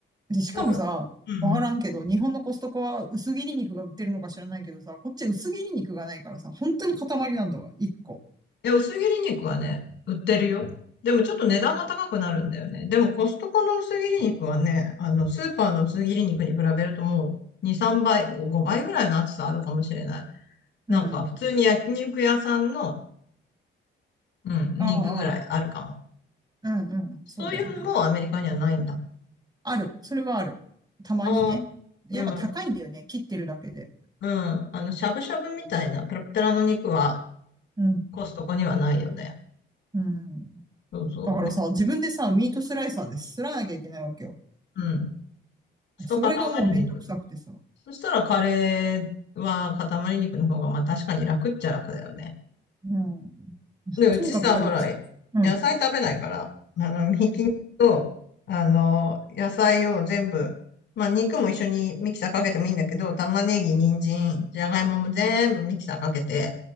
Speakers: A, on the right; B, on the left.
A: う。で、しかもさ、
B: なんか、うん。
A: わからんけど、日本のコストコは薄切り肉が売ってるのか知らないけどさ、こっち薄切り肉がないからさ、本当に塊なんだわ、一個。
B: え、薄切り肉はね、売ってるよ。でもちょっと値段が高くなるんだよね。でもコストコの薄切り肉はね、あの、スーパーの薄切り肉に比べるともう2、3倍、5倍ぐらいの厚さあるかもしれない。
A: うん。
B: なんか普通に焼肉屋さんの、うん、
A: ああ、
B: 肉ぐらいあるかも。
A: うんうんうん、
B: そういうのもアメリカにはないんだ。
A: そうだよね。ある。それはある。たまにね。
B: ああ、
A: やっぱ高いんだよね、
B: うん、
A: 切ってるだけで。
B: うん。あの、しゃぶしゃぶみたいなペラペラの肉は
A: うん。
B: コストコにはないよね。
A: うん。
B: そうそう。
A: だからさ、
B: ね、
A: 自分でさ、ミートスライサーで擦らなきゃいけないわけよ。
B: うん。一塊肉。
A: それがもうめんどくさくてさ。
B: そしたらカレーは塊肉の方が、まあ確かに楽っちゃ楽だよね。
A: うん。
B: で、うちさ、
A: とにかくめんどくさい。
B: ほら、
A: うん。
B: 野菜食べないから、あの、ひき肉と、あの、野菜を全部、まあ肉も一緒にミキサーかけてもいいんだけど、玉ねぎ、人参、じゃがいもも全部ミキサーかけて、